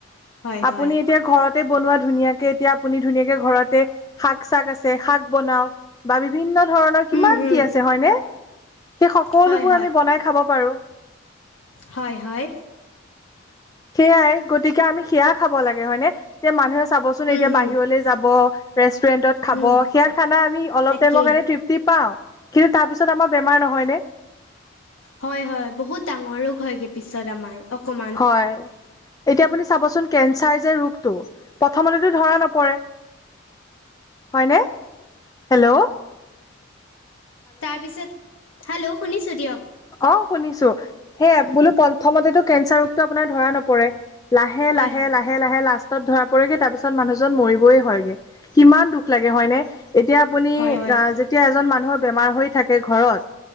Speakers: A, on the left; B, on the left.
A: হয়
B: আপুনি।
A: হয়
B: এতিয়া ঘৰতে বনোৱা ধুনীয়াকে এতিয়া আপুনি ধুনীয়াকে ঘৰতে শাক চাক আছে শাক বনাওঁক। বা বিভিন্ন ধৰণৰ কিমান
A: উম হুম
B: কি আছে হয়নে সেই সকলোবোৰ
A: হয়
B: আমি বনাই খাব পাৰো।
A: হয়ঁ হয়ঁ।
B: সেয়াই গতিকে আমি সেয়া খাব লাগে হয়নে এতিয়া মানুহে চাবচোন এতিয়া
A: উম হুম
B: বাহিৰলৈ যাব,,, ৰেষ্টুৰেন্টত খাব
A: হুম
B: সেয়া খানা আমি অলপ
A: তাকেই
B: টাইমৰ কাৰণে তৃপ্তি পাওঁ। কিন্তু তাৰপিছত আমাৰ বেমাৰ নহয়নে।
A: হয়ঁ হয়ঁ বহুত ডাঙৰ ৰোগ হয়গে পিছত আমাৰ অকমান।
B: হয়ঁ। এতিয়া আপুনি চাবচোন কেঞ্চাৰ যে ৰোগটো প্ৰথমতেতো ধৰা নপৰে। হয়নে হেলৌ!
A: তাৰপিছত হেল্লৌ! শুনিছোঁ দিয়ক।
B: অঁ শুনিছো সেই বোলো প্ৰথমতেতো কেঞ্চাৰ ৰোগটো আপোনাৰ ধৰা নপৰে। লাহে
A: হয়
B: লাহে
A: হয়
B: লাহে। লাহে লাহে লাষ্টত ধৰা পৰিগে তাৰ পিছত মানুহজন মৰিবই হয়গে কিমান দুখ লাগে হয়নে। এতিয়া আপুনি
A: হয় হয়
B: যেতিয়া এজন মানুহৰ বেমাৰ হৈ থাকে ঘৰত